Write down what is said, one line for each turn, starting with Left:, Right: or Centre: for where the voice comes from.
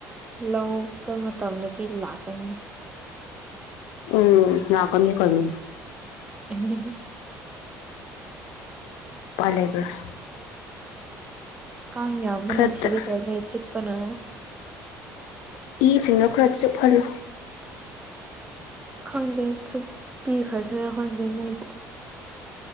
Right: ꯂꯧ ꯄ ꯃꯇꯝꯗꯗꯤ ꯂꯥꯛꯀꯅꯤ
Left: ꯎꯝ ꯂꯥꯛꯀꯅꯤ ꯀꯩꯅꯣ
Right: <unintelligible>
Left: <unintelligible>
Right: ꯀꯥꯡ ꯌꯥꯝꯕꯅ
Left: ꯈꯔ
Right: ꯁꯤꯒꯦ ꯇꯧꯔꯦ ꯆꯤꯛꯄꯅ
Left: ꯏ ꯁꯤꯡꯗꯣ ꯈꯔ ꯆꯨꯞꯍꯜꯂꯣ
Right: ꯈꯪꯗꯦ ꯆꯨꯝ ꯄꯤꯈ꯭ꯔꯁꯤꯔ ꯈꯪꯗꯦ ꯃꯣꯏꯕꯨ